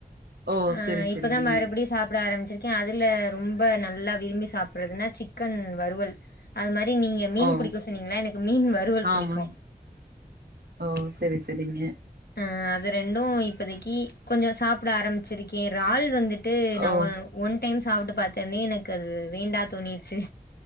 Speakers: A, on the right (about 75°); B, on the left (about 80°).
A: ஓ
B: ஆ
A: செரி செரிங்க
B: இப்பதா மறுபடியு சாப்பட ஆரம்பிச்சிருக்கே அதுல ரொம்ப நல்லா விரும்பி சாப்புடுறதுன்னா சிக்கன் வறுவல் அது மாரி நீங்க மீன்
A: ஓ
B: புடிக்கு சொன்னீங்கள எனக்கு மீன் வறுவல்
A: ஆமாங்
B: புடிக்கு
A: ஓ செரி செரிங்க
B: ஆ அது ரெண்டு இப்பதைக்கி கொஞ்சோ சாப்பட ஆரம் பிச்சிருக்கே ரால் வந்துட்டு நா
A: ஓ
B: ஒ ஒன் டைம் சாப்புட்டு பாத்தொன்னே எனக்கு அது வேண்டா தோணிருச்சு